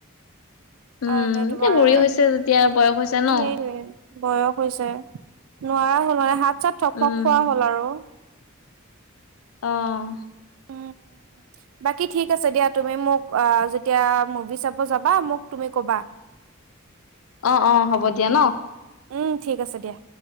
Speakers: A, on the left; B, on the right.
A: উম
B: আৰু মানে
A: এতিয়া
B: তোমাৰ
A: বুঢ়ী
B: সে-
A: হৈছে যেতিয়া
B: সেইটোৱে
A: বয়স হৈছে ন
B: বয়স হৈছে। নোৱাৰা হ'ল মানে, হাত-চাত থপমপ
A: উম
B: খোৱা হ'ল আৰু।
A: অ'।
B: উম বাকী ঠিক আছে দিয়া। তুমি মোক অ'- যেতিয়া মুভি চাব যাবা, মোক তুমি কবা।
A: অ' - অ' হ'ব দিয়া ন'।
B: উম, ঠিক আছে দিয়া।